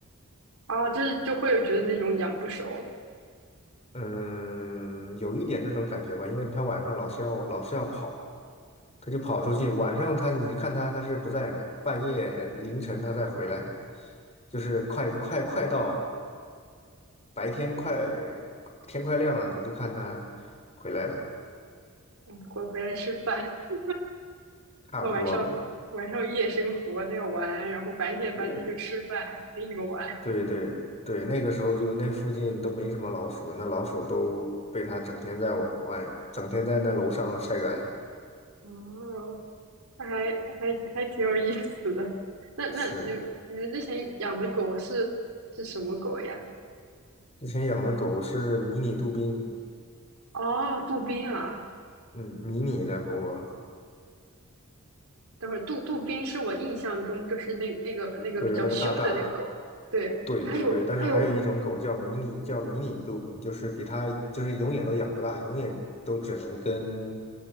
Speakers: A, on the right; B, on the left.
A: 啊，就是就会觉得那种养不熟。
B: 嗯，有一点这种感觉吧，因为他晚上老是要老是要跑，他就跑出去。
A: 哦，
B: 晚上他你看他他是不在的，半夜凌晨他再回来，就是快快快到白天快天快亮了，你就看他回来了，
A: 嗯回回来吃饭，<laughs>
B: 差不多吧。
A: 他晚上晚上夜生活，他要玩，然后白天白天就吃饭陪你们玩。
B: 对对对对，那个时候就那附近都没什么老鼠，那老鼠都被他整天在我晚整天在那楼上晒干。
A: 哦。那还还还挺有意思的。那那你你们之前养的狗是是什么狗呀？
B: 是，之前养的狗是迷你杜宾。
A: 哦，杜宾啊，
B: 嗯，迷你的不过，
A: 等会儿杜杜宾是我印象中就是那那个那个比较凶的那个狗，
B: 对，那个大大的，
A: 对，
B: 对对对，
A: 它有它有
B: 但是还有一种狗叫迷你，叫迷你杜宾，就是比它就是永远都养不大，永远都只能跟